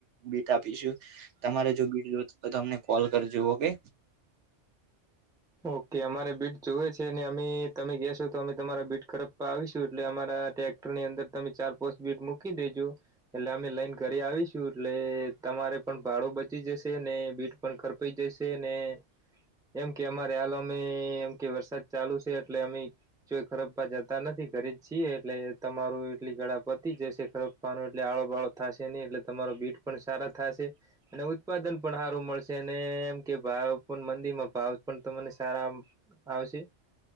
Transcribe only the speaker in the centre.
ઓકે અમારે બીટ જોુવે છે ને અમે તમે ગયાશો તો અમે તમારા બીટ ખપ આવીશું એટલે અમારા ટેક્સ. ની અંદર તમે ચાર પોસ્ટ બીટ મૂકી દેજો એટલે અમે લઈન કરી આવીશું એટલે તમારે પણ ભાડો બચી જશે ને બીટ પણ ખડપાઈ જશે ને એમ કે અમારે આલોમ કે વરસાદ ચાલુ છે એટલે અમે જો ખરપપા જતા નથી કરી જ છીએ એટલે તમારું એટલી ગળ પતી જશે ખર નું એટલે આળો બાળો થશે નહી એટલે તમારો બીટ પણ સારા થશે અને ઉત્પાદન પણ સારું મળશે એમ કે ભાવ પણ મંદીમાં ભાવ પણ તમને સારા આવશે